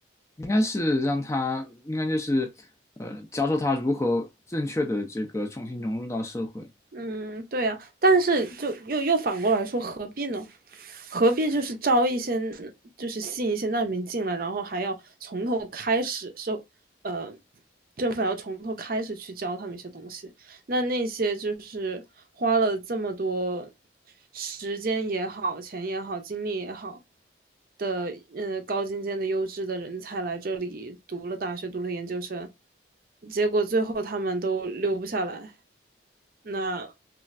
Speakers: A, on the left; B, on the right.
A: 应该是让他，应该就是，呃，教授他如何正确的这个重新融入到社会。
B: 嗯，对呀，但是就又又反过来说，何必呢？何必就是招一些，就是吸引一些难民进来，然后还要从头开始受，呃，政府要从头开始去教他们一些东西。那那些就是花了这么多时间也好、钱也好、精力也好的，呃，高精尖的优质的人才来这里读了大学、读了研究生，结果最后他们都留不下来，那